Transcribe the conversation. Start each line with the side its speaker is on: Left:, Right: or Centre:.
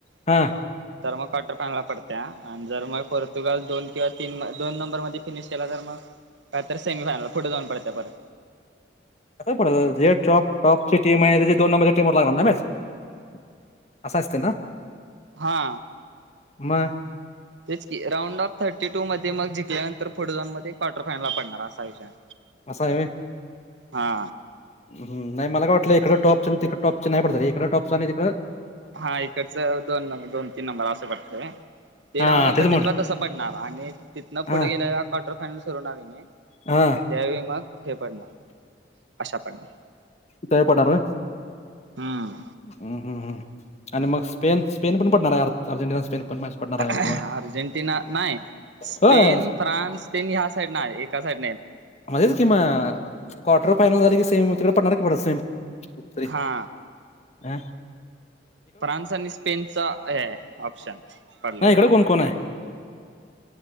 Left: हा
Right: <inaudible> तर मग काठा <unintelligible> पडतीया आणि जर मग पोर्तुगाल दोन किंवा तीन, दोन नंबर मधे फिनिश केला तर मग काय तर सेमीफायनलला कुठं जाऊन पडत्या बघा.
Left: कसं पडल जे ट्रॉप टॉपची टीम आहे तेचे दोन नंबरच्या टीम बरोबर लागणार ना मॅच. <inaudible> असं असत ना?
Right: हा.
Left: मग
Right: तेच की राऊंड ऑफ थर्टी टू मध्ये मग जिंल्यानंतर पुढे जाऊन मध्ये क्वार्टर फायनलला पडणार असा विषय हाय.
Left: असं आहे होय?
Right: हा.
Left: ह नाही मला काय वाटलं इकड टॉपच आणि तिकड टॉपच नाही पडत हाय रे. इकंड टॉपचं तिकंड
Right: हा इकडच दोन नंबर दोन, तीन नंबर असं पडतय. ते
Left: हा
Right: राऊंड ऑफ
Left: तेच
Right: थर्टी
Left: म्हटलं
Right: तसं पडणार आणि तिथनं पुढे
Left: हा
Right: गेलेला क्वार्टर फायनल सुरू नवीन.
Left: हा
Right: त्यावेळी मग हे पडणार अशा पडणार.
Left: तया पटापट
Right: हम्म.
Left: <inaudible> हम्म, हम्म. आणि मग स्पेन, स्पेन पण पडणार अर्जेंटिना, स्पेन. पण मॅच पडणार
Right: अर्जेंटिना
Left: आहे बाबा
Right: नाही स्पेन,
Left: होय
Right: फ्रान्स तेन ह्या साईड नाही. एका साईड
Left: म्हणजेच की म क्वार्टर फायनल झाले कि सेम तिकडे पडणार कि ब सेम. खरये
Right: हा
Left: हं.
Right: फ्रान्स आणि स्पेनचा आहे ऑप्शन. पडलं
Left: नाही इकडे
Right: तर
Left: कोण-कोण आहे?